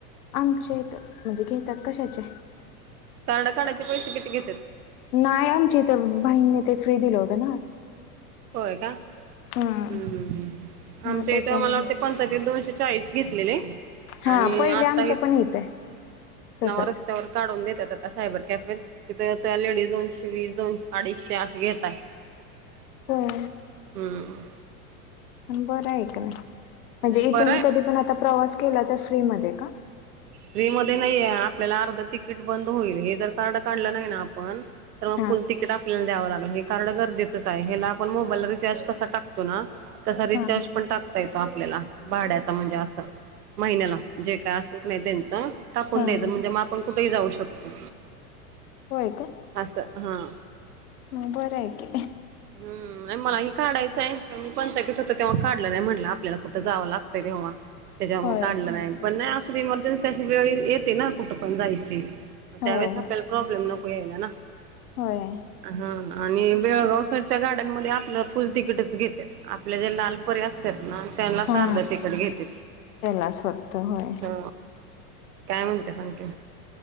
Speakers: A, on the left; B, on the right.
A: आमचे म्हणजे घेतात कशाचे
B: कारड कााचे पैसे किती घेत
A: नाही आमची इथ बाहीईंने ते फ्री दिलं होतं ना
B: होय का
A: हम्म.
B: हम् हम् हम
A: मग
B: आमच्या
A: त्याच्यामुळे
B: इथं मला वाटते पंचा ते दोनशे चाळीस घेतलेले
A: हा
B: आणि
A: पहिले
B: आता
A: आमच्या
B: ह
A: पण इथे तसच.
B: नवा रस्त्यावर काढून देतात आता सायबर कॅफे तिथे त्या लेडीज दोनशे वीस दोनशे अडीचशे असे घेतय
A: होय
B: हम्म
A: अबरयकणे म्हणजे
B: नाही बरं
A: इथून
B: आहे
A: कधी पण आता प्रवास केला तर फ्रीमध्ये का
B: व्री मध्ये नाहीये आपल्याला अर्ध तिकीट बंद होईल हे जर कार्ड काढलं नाही ना आपण तर मग
A: हा.
B: फुल तिकीट आपल्याला द्यावं लागलं हे कार्ड गरजेचंच आहे हेला आपण मोबाईलला रिचार्ज कसा टकतो ना तसा रिचार्ज
A: हा हा
B: पण टाकत येत आपल्याला भाड्याचा म्हणजे असं महिन्याला जे काय असेल की नाही त्यांच टाकून
A: हा
B: द्यायचं
A: हा.
B: म्हणजे मग आपण कुठेही जाऊ शकतो
A: होय का
B: असं हां
A: बरं आहे की
B: हम्म आणि मलाही काढायचंय पण मी पंचाकीत होत तेव्हा काढलं नाही म्हटलं आपल्याला कुठं जावं लागतंय तेव्हा त्याच्यामुळे
A: होय.
B: काढलं नाही पण नाही अस इमर्जन्सी अशी वेळ येते ना कुठं पण जायची मग
A: हो
B: त्यावेळेस
A: हो
B: आपल्याला प्रॉब्लेम नको यायला ना
A: होय
B: हा आणि बेळगावसरच्या गाड्यांना मध्ये आपलं फुल तिकीटच घेतेत आपल्या जे लालपऱ्या असतात ना त्यांनाच
A: हा
B: आर्ध तिकिट घेतेत
A: त्यालाच फक्त होय
B: हो काय म्हणते सांग की